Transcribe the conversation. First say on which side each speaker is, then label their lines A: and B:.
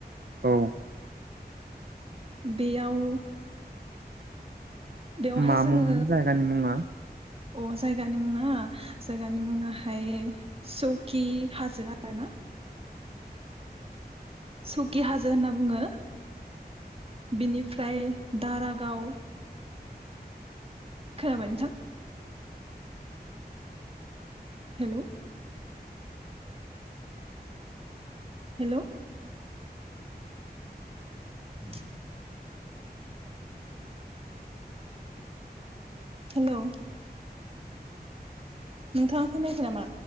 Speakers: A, on the right; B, on the right.
A: औ
B: बेयाव बेवहाय
A: मामुं
B: जोङो
A: उन जायगानि मुंङा
B: अ जायगानि मुङा जायगानि मुंङाहाय सौकि हाजो आरो ना सकि हाजो होनना बुङो बिनिफ्राय दारागाव खोनाबाय नोंथां हेल <inaudible> हेल <inaudible> हेल नोंथांङा खोनायाखै नामा